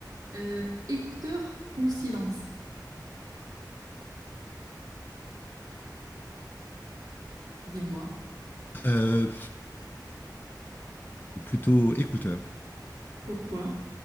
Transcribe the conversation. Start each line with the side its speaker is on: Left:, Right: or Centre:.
Right: euh, écouteur ou silence? Dis-moi.
Left: Euh, plutôt écouteur.
Right: Pourquoi?